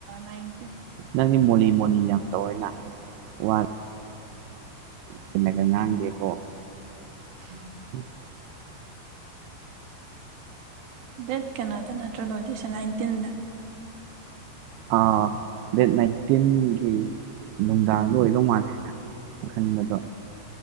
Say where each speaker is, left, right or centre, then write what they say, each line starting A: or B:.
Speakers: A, on the right; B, on the right.
A: ꯅꯥꯢꯟ
B: ꯅꯪꯗꯤ ꯃꯣꯜꯂꯤ ꯃꯣꯜꯂꯤ ꯌꯥꯝ ꯇꯧꯋꯦꯅ ꯋꯥ ꯆꯨꯝꯅ ꯀꯥ ꯉꯥꯡꯗꯦꯀꯣ
A: INAUDIBLE
B: INAUDIBLE
A: ꯗꯦꯠ ꯀꯩꯅꯣꯗ ꯅꯠꯇ꯭ꯔꯣ ꯂꯣꯏꯗꯣꯢꯁꯦ ꯅꯥꯏꯟꯇꯤꯟꯗ
B: ꯑꯥꯑꯥ ꯗꯦꯠ ꯅꯥꯏꯟꯇꯤꯟꯒꯤ ꯅꯨꯡꯗꯥꯡꯗ ꯑꯣꯏꯗꯧ ꯃꯥꯜꯂꯦꯅ ꯈꯟꯕꯗꯣ